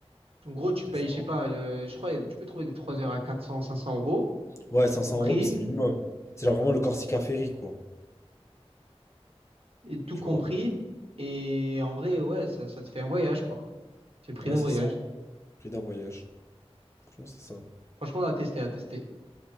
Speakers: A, on the right; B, on the left.
A: En gros, tu
B: C'est
A: payes,
B: ça.
A: je
B: hein.
A: sais pas, euh, je crois, tu peux trouver des 3 heures à quatre cents, cinq cents euros,
B: Ouais,
A: tout
B: 500
A: compris,
B: euros, mais c'est minimum. C'est genre vraiment le Corsica Ferry, quoi.
A: et tout
B: Tu
A: compris.
B: vois?
A: Et en vrai, ouais, ça, ça te fait un voyage, quoi. C'est le prix
B: Ouais,
A: d'un
B: c'est
A: voyage.
B: ça. hein. Prix d'un voyage. Franchement, c'est ça.
A: Franchement, à tester, à tester.